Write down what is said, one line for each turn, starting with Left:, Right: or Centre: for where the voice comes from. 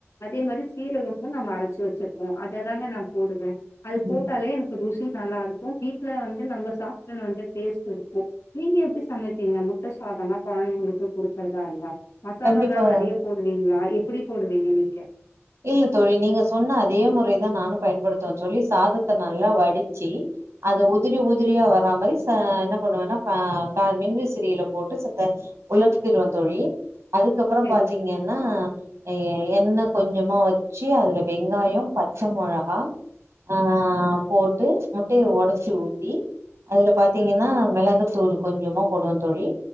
Left: அதே மாரி சீரகமு நம்ம அரைச்சி வச்சிருப்போ அததாங்க நா போடுவே அது போட்டாலே
Right: ம்
Left: எனக்கு ருசி கு நல்லா இருக்கு வீட்ல வந்து நம்ம சாப்ட்டனு வந்து டேஸ்ட் இரு ஒ நீங்க எப்பிடி சமைப்பீங்க முட்ட சாதம்ன்னா கொழந்தைங்களுக்கு குடுத்துறதாண்தா மசாலால்லா
Right: கண்டிப்பா
Left: நெறைய போடுவீங்களா எப் எப்பிடி போடுவீங்க நீங்க
Right: இல்ல தோழி நீங்க சொன்ன அதே முறைதா நானு பயன்படுத்துவே தோழி சாதத்த நல்லா வடிச்சி அத உதிரி உதிரியா வரா மாரி ச என்ன பண்ணுவேன்னா பா பே மின்விசிறியில போட்டு செத்த உலர்த்திருவே தோழி அதுக்கப்புறோ
Left: சரி
Right: பாத்தீங்கன்னா நீ என்ன கொஞ்சமா வச்சு அதுல வெங்காயவெங்காயோ பச்ச மொளகா ஆ போட்டு முட்டைய ஒடைச்சு ஊத்தி அதுல பார்த்தீங்கன்னா மிளகுத்தூள் கொஞ்சமா போடுவே தோழி